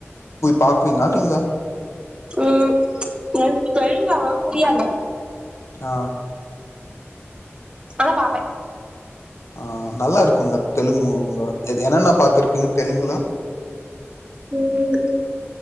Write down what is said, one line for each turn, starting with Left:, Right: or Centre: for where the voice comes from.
Left: பாக்குவிங்ளா நீங்க?
Right: ம் எனக் தெலுங் அவ்ளவா புரியாது
Left: ஆ
Right: ஆனா பாப்பே
Left: ஆ நல்லாருக்குங்க தெலுங்கு மூவிங்க என்னன்ன பாத்துருக்கீங்க தெலுங்குல
Right: ம்